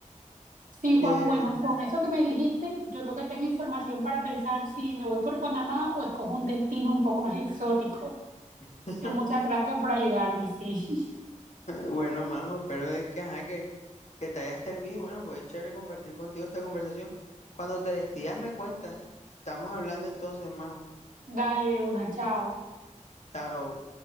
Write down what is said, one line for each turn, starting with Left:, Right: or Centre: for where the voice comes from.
Right: Sí,
Left: Eh,
Right: Juanjo, bueno, con eso que me dijiste, yo creo que tengo información para pensar si me voy por Panamá o escojo un destino un poco más exótico.
Left: <laughs>
Right: Es que muchas gracias por ayudarme, sí.
Left: Bueno, Majo, espero de que, ajá, que, que te haya servido. y Bueno, fue chévere compartir contigo esta conversación. Cuando te decidas, me cuentas. Estamos hablando entonces, Majo.
Right: <laughs> Dale de una, chao.
Left: Chao.